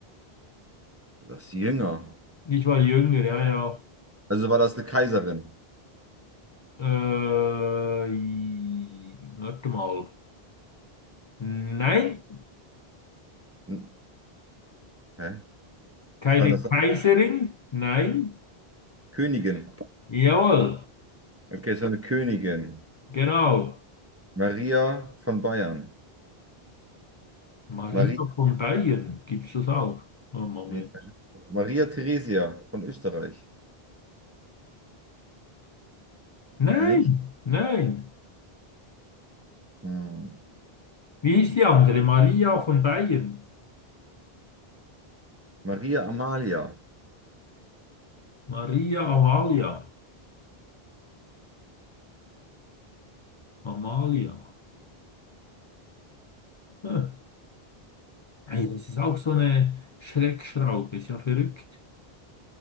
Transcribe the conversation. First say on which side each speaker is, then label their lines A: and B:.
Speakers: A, on the right; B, on the left.
A: du warst jünger.
B: Ich war jünger, ja, ja.
A: Also war das eine Kaiserin.
B: Äh, i- warte mal. Nein,
A: Hm, Hä?
B: keine
A: Was war das?
B: Kaiserin. Nein.
A: Königin.
B: Jawohl,
A: Okay, es war eine Königin.
B: genau.
A: Maria von Bayern.
B: Maria
A: Maria,
B: von Bayern, gibt's das auch? Oh, Moment.
A: nee, Maria Theresia von Österreich.
B: Nein,
A: Nicht?
B: nein.
A: Hm.
B: Wie ist die andere? Maria von Bayern.
A: Maria Amalia.
B: Maria Amalia. Amalia. Hm. Hey, das ist auch so eine Schreckschraube, ist ja verrückt.